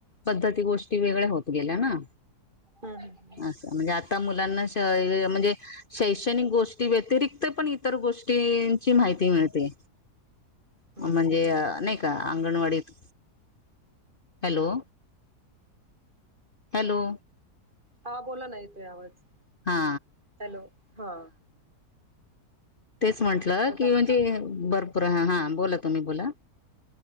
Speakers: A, on the left (about 35°); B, on the right (about 30°).
A: पद्धती गोष्टी वेगळ्या होत गेल्या ना.
B: हम् हम्
A: स म्हणजे आता मुलांना म्हणजे शैक्षणिक गोष्टी व्यतिरिक्त पण इतर गोष्टी गोष्टीची माहिती मिळते
B: हम्म
A: म्हणजे नाही का अंगणवाडीत, हॅलो? हॅलो!
B: हा बोला ना येतोय आवाज
A: हा
B: हॅलो हा
A: तेच म्हंटलं
B: आता
A: की म्हणजे भरपूर हा हां बोला तुम्ही बोला